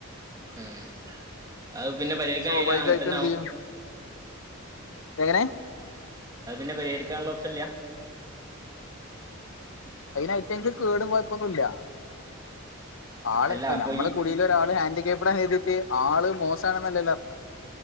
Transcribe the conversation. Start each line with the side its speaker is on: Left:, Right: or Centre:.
Right: ഉം അത് പിന്നെ പരിഹരിക്കായീല
Left: സ്വാഭാവികമായിട്ടും
Right: അങ്ങനെ തന്നാവും
Left: എന്ത് ചെയ്യും എങ്ങനെ
Right: അത് പിന്നെ പരിഹരിക്കാനുള്ള ഓപ്ഷല്യ
Left: അയിനായിട്ട് എന്ക്ക് കേടും കൊയപ്പൊന്നും ഇല്ല ആള്
Right: അല്ല
Left: ഇപ്പ
Right: അപ്പൊ
Left: ഞമ്മളെ
Right: ഈ
Left: കുടീലൊരാള് ഹാൻഡികാപ്പ്ടായത് ആള് മോശമാണെന്നല്ലല്ലാ അർത്ഥം